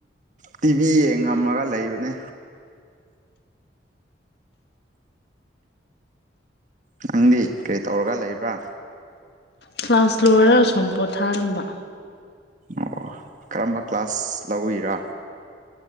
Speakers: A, on the right; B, on the left.
A: ꯇꯤꯚꯤ ꯌꯦꯡꯉꯝꯃꯒ ꯂꯩꯕꯅꯦ ꯅꯪꯗꯤ ꯀꯔꯤ ꯇꯧꯔꯒ ꯂꯩꯕ꯭ꯔꯥ
B: ꯀ꯭ꯂꯥꯁ ꯂꯣꯏꯔꯒ ꯁꯨꯝ ꯄꯣꯊꯥꯔꯝꯕ
A: ꯑꯣ ꯀꯔꯝꯕ ꯀ꯭ꯂꯥꯁ ꯂꯧꯋꯔ